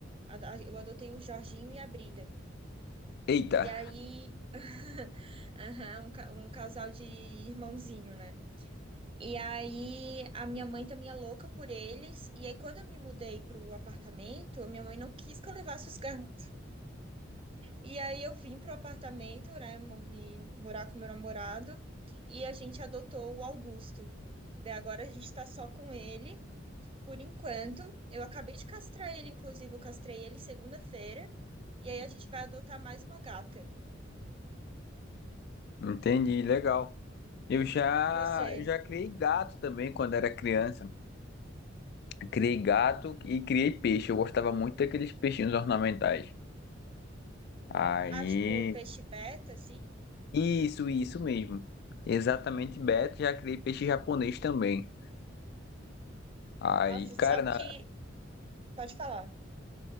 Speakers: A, on the right (about 30°); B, on the left (about 55°).
A: Ado- Eu adotei o Jorginho e a Brida.
B: Eita,
A: E aí, <laughs> aham, um ca- um casal de irmãozinho, né? E aí a minha mãe também é louca por eles. E aí quando eu me mudei pro apartamento, a minha mãe não quis que eu levasse os gatos. E aí eu vim pro apartamento, né, mo- me morar com meu namorado, e a gente adotou o Augusto. Daí agora a gente tá só com ele por enquanto. Eu acabei de castrar ele, inclusive eu castrei ele segunda-feira, e aí a gente vai adotar mais uma gata.
B: entendi, legal. Eu já,
A: E você?
B: já criei gato também quando era criança. Criei gato e criei peixe. Eu gostava muito daqueles peixinhos ornamentais. Aí,
A: Ah, tipo peixe beta assim?
B: isso, isso mesmo. Exatamente, Beto. Já criei peixe japonês também. Aí,
A: Nossa, sabe
B: cara, na
A: que pode falar.